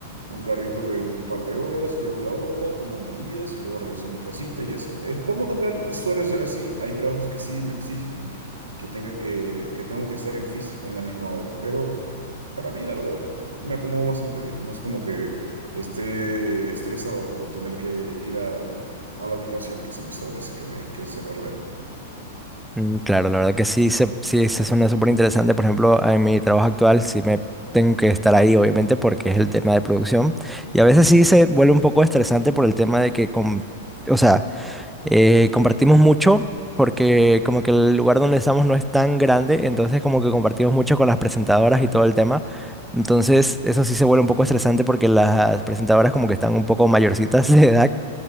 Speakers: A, on the right; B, in the centre.
A: un carrito de un par de horas, llego a la obra, tomo medidas y luego regreso a mi casita y así. Es, por lo general suele ser así, hay trabajos que sí me exigen que tenga que, que tengo que estar en físico en la misma obra, pero para mí la verdad me acomodo bastante bien, no es como que esté estresado por tener que ir a a la ubicación que se me establece, que me, que se me ordene.
B: Mm, Claro, la verdad que sí se, sí se suena súper interesante. Por ejemplo, en mi trabajo actual sí me tengo que estar ahí, obviamente, porque es el tema de producción. Y a veces sí se vuelve un poco estresante por el tema de que, com- o sea, eh, compartimos mucho porque como que el lugar donde estamos no es tan grande, entonces como que compartimos mucho con las presentadoras y todo el tema. Entonces eso sí se vuelve un poco estresante porque las presentadoras como que están un poco mayorcitas de edad